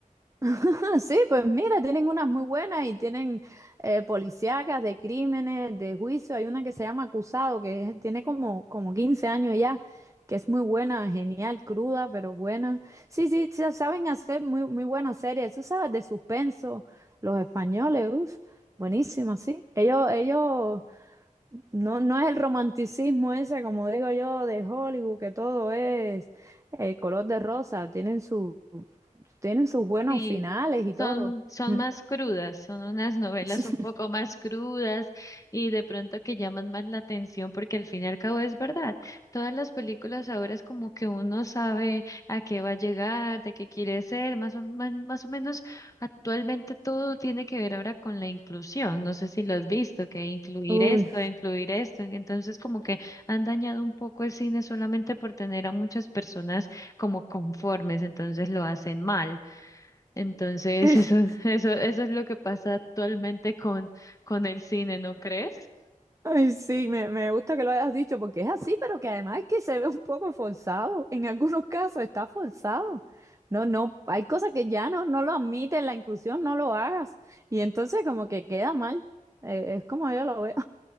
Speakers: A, on the right (about 20°); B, on the left (about 25°).
A: <laughs> Ah, Sí, pues mira, tienen unas muy buenas y tienen eh, policíacas de crímenes, de juicio. Hay una que se llama Acusado, que es- tiene como, como 15 años ya, que es muy buena, genial, cruda, pero buena. Sí, sí, sa- saben hacer muy, muy buenas series. Tú sabes, de suspenso, los españoles, uff, buenísima, sí. Ellos, ellos, no, no es el romanticismo ese, como digo yo, de Hollywood, que todo es eh, color de rosa. Tienen su... Tienen sus buenos
B: Sí,
A: finales y
B: son,
A: todo.
B: son
A: Mm.
B: más crudas, son unas novelas
A: <laughs>
B: un poco más crudas y de pronto que llaman más la atención porque al fin y al cabo es verdad. Todas las películas ahora es como que uno sabe a qué va a llegar, de qué quiere ser, más o, más, más o menos actualmente todo tiene que ver ahora con la inclusión. No sé si lo has visto, que incluir
A: Uy,
B: esto, incluir esto. Entonces como que han dañado un poco el cine solamente por tener a muchas personas como conformes, entonces lo hacen mal. Entonces,
A: sí,
B: eso, <laughs> eso, eso es lo que pasa actualmente con, con el cine, ¿no crees?
A: ay, sí, me, me gusta que lo hayas dicho porque es así, pero que además es que se ve un poco forzado. En algunos casos está forzado. No, no, hay cosas que ya no, no lo admiten, la inclusión no lo hagas. Y entonces como que queda mal. Eh, es como yo lo veo.